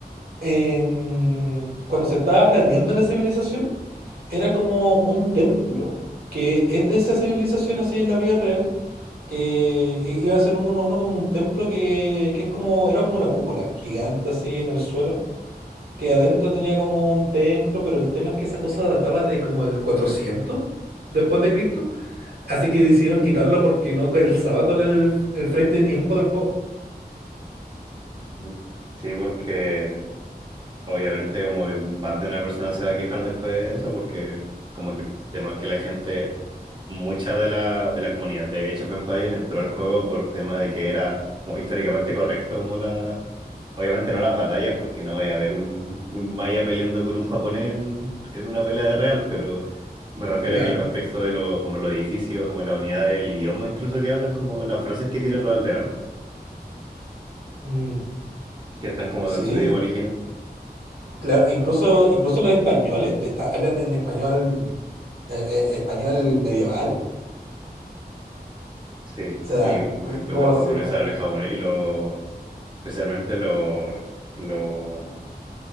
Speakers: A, on the right; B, on the right.
A: en- cuando se estaba planeando la civilización, era como un templo que es de esa civilización así en la vida real, que i- iba a ser un uno a uno con un templo que, que es como, era como una cúpula gigante así en el suelo, que adentro tenía como un templo, pero el tema es que esa cosa databa de como el cuatrocientos después de Cristo, así que decidieron quitarlo porque no calzaba con el, el frame de tiempo del juego.
B: Ujú. Sí, porque Obviamente, como que más de una persona se va a quejar después de eso, porque como que además que la gente, mucha de la, de la comunidad de Age of Empires entró al juego por tema de que era como históricamente correcto, como la... Obviamente no las batallas, porque no voy a haber un, un maya peleando con un japonés en, en una pelea de real, pero me refiero
A: Claro.
B: a que el contexto de lo, como los edificios, como la unidad del idioma incluso que hablan, como las frases que tiran los aldeanos,
A: Mm,
B: que están como
A: sí,
B: en su idioma original.
A: Claro, incluso, incluso los españoles te está- hablan en español, eh, eh, español medieval.
B: Sí,
A: O sea,
B: y, y,
A: eh,
B: pues,
A: ¿cómo
B: los japoneses
A: se llama?
B: hablan japonés y los, especialmente los, los,